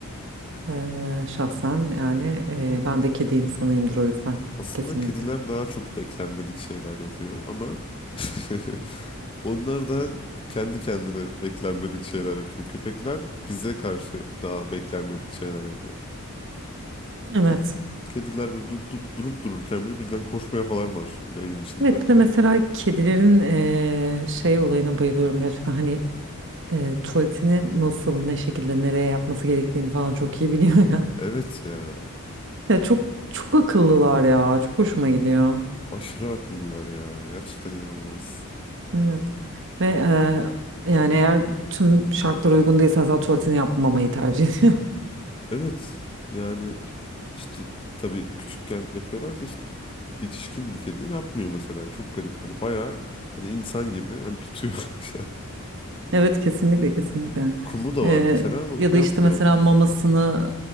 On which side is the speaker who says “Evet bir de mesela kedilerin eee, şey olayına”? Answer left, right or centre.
Right